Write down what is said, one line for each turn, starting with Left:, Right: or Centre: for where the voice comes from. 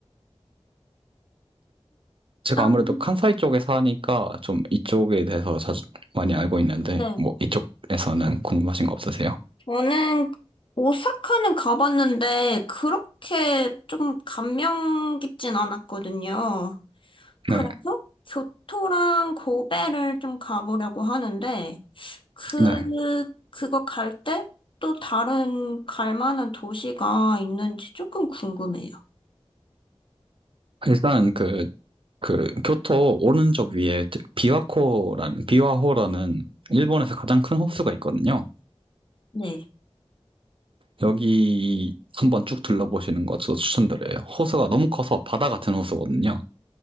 Right: 제가
Left: 일단,
Right: 아무래도 칸사이 쪽에 사니까 좀 이쪽에 대해서 자주 많이 알고 있는데,
Left: 네.
Right: 뭐 이쪽에서는 궁금하신 거 없으세요?
Left: 저는 오사카는 가봤는데 그렇게 좀 감명 깊진 않았거든요. 그래서
Right: 네,
Left: 교토랑 고베를 좀 가보려고 하는데, 그,
Right: 네.
Left: 그거 갈 때 또 다른 갈 만한 도시가 있는지 조금 궁금해요.
Right: 일단 그, 그 교토 오른쪽 위에 비와코라는, 비와호라는 일본에서 가장 큰 호수가 있거든요.
Left: 네.
Right: 여기 한번 쭉 둘러보시는 것도 추천드려요. 호수가 너무 커서 바다 같은 호수거든요.